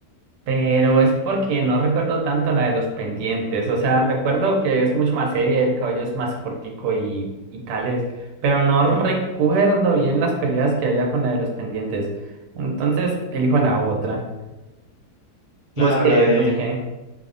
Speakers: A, on the right; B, on the left.
A: pero es porque no recuerdo tanto la de los pendientes. O sea, recuerdo que es mucho más seria, el cabello es más cortico y, y tales, pero no recuerdo bien las peleas que había con la de los pendientes. Entonces, elijo la otra. ¿Vos
B: Claro,
A: qué?
B: la de
A: ¿Vos qué?